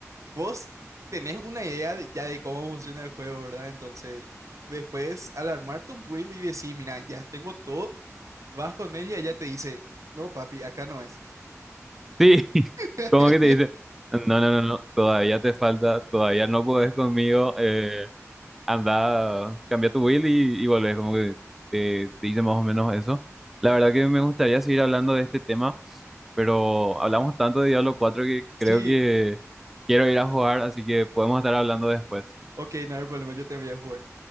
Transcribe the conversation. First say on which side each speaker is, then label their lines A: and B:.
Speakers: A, on the right; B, in the centre.
A: vos tenés una idea de- ya de cómo funciona el juego, ¿verdad? Entonces, después al armar tu build y decir, mira, ya tengo todo, vas con ella y ella te dice, no, papi, acá no es.
B: Sí, <laughs>
A: <laughs>
B: como que te dice, no, no, no, no, todavía te falta, todavía no podés conmigo, eh, anda, cambia tu build y, y volvés, como que te, te dice más o menos eso. La verdad que me gustaría seguir hablando de este tema, pero hablamos tanto de Diablo cuatro que creo
A: Sí,
B: que quiero ir a jugar, así que podemos estar hablando después.
A: ok, no hay problema, yo te voy a jugar.